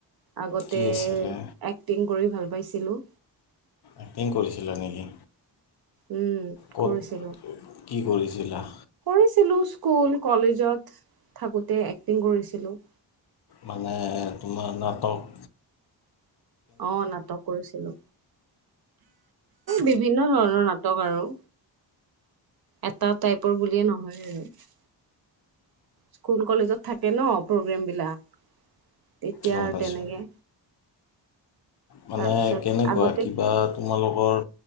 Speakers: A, on the right; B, on the left.
A: আগতে
B: কি আছিলে
A: এক্টিং কৰি ভাল পাইছিলোঁ।
B: এক্টিং কৰিছিল নেকি?
A: উম
B: ক'ত
A: কৰিছিলোঁ।
B: কি কৰিছিলা?
A: কৰিছিলোঁ স্কুল, কলেজত থাকোঁতে এক্টিং কৰিছিলোঁ।
B: মানে তোমাৰ নাটক
A: অ' নাটক কৰিছিলো। বিভিন্ন ধৰণৰ নাটক আৰু এটা টাইপৰ বুলিয়ে নহয় আৰু স্কুল কলেজত থাকে ন প্ৰগ্ৰেম বিলাক? তেতিয়া
B: গম
A: আৰু
B: পাইছোঁ
A: তেনেকে
B: মানে
A: তাৰপিছত
B: কেনেকুৱা?
A: আগতে
B: কিবা তোমালোকৰ